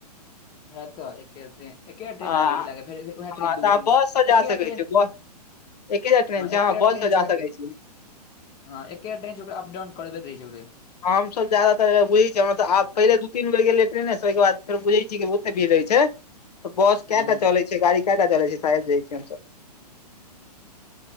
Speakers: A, on the left; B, on the left.
A: हए तऽ एके ट्रेन एके ट्रेन
B: आ
A: आबै छै ला कऽ फेर उएह ट्रेन
B: हँ
A: दू
B: तऽ अहाँ
A: बेर तीन
B: बस
A: बेर
B: से जा
A: एके
B: सकै
A: ट्रेन-
B: छी बस एकेटा ट्रेन छै
A: एके
B: हँ बस
A: ट्रेन छै
B: जा सकै छी।
A: हँ एकेटा ट्रेन ओकरा अप डाउन करबैत रहै छै ओकरे।
B: हम सब जादातर बुझेैछी हँ तऽ आब पहिले दू, तीन बेर गेलै ट्रेने सँ ओय के बाद फेर बुझे छियै कि बहुते भीड़ रहेै छै। तऽ बस केएटा
A: हूँ
B: चलै छै गाड़ी केएटा चलै छै सब जाय छियै हमसब।